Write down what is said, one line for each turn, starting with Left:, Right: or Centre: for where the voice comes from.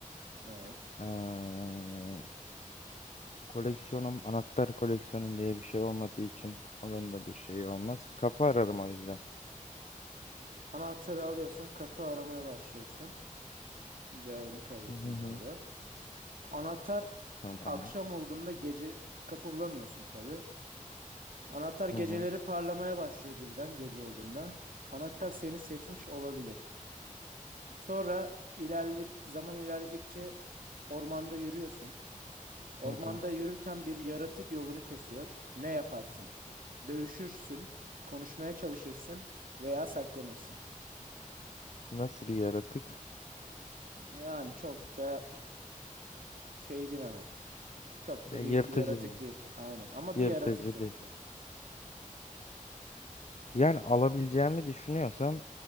Right: Evet.
Left: Ee, koleksiyonum anahtar koleksiyonum diye bir şey olmadığı için onun da bir şeyi olmaz. Kapı ararım o yüzden.
Right: Anahtarı alıyorsun. Kapı aramaya başlıyorsun. Cevabını kaydettim
Left: Hı hı hı.
Right: bu arada. Anahtar
Left: Tamam.
Right: akşam olduğunda gece kapı bulamıyorsun tabii. Anahtar geceleri
Left: Hı hı.
Right: parlamaya başlıyor birden gece olduğunda. Anahtar seni seçmiş olabilir. Sonra ilerledi zaman ilerledikçe ormanda yürüyorsun. Ormanda
Left: Hı hı.
Right: yürürken bir yaratık yolunu kesiyor. Ne yaparsın? Dövüşürsün, konuşmaya çalışırsın veya saklanırsın.
Left: Nasıl bir yaratık?
Right: Yani çok da ş- şey değil ama. Çok
Left: Ya
Right: da
Left: yırtıcı
Right: büyük bir yaratık
Left: bir
Right: değil. Aynen. Ama
Left: yırtıcı
Right: bir yaratık sonuçta.
Left: değil. Yani alabileceğimi düşünüyorsam